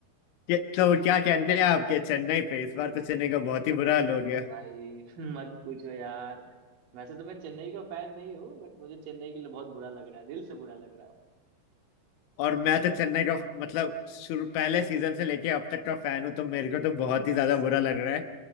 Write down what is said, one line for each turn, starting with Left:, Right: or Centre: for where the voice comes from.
Left: ये- तो क्या कहने हैं आपके चेन्नई पे इस बार तो चेन्नई का बहुत ही बुरा
Right: अरे
Left: हाल हो गया
Right: भाई <laughs> मत पूछो यार वैसे तो मैं चेन्नई का फैन नहीं हूँ बट मुझे चेन्नई के लिए बहुत बुरा लग रहा है दिल से बुरा लग रहा है भाई
Left: और मैं तो चेन्नई का मतलब शुरू पहले सीजन से लेके अब तक का फैन हूँ तो मेरे को तो बहुत ही ज्यादा बुरा लग रहा है